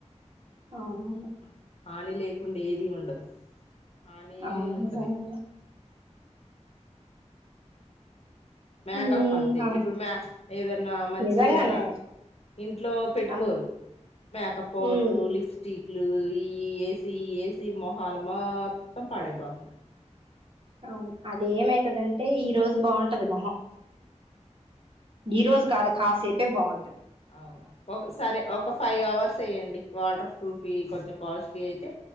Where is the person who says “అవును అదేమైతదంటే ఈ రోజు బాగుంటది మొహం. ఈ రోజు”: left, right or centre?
Right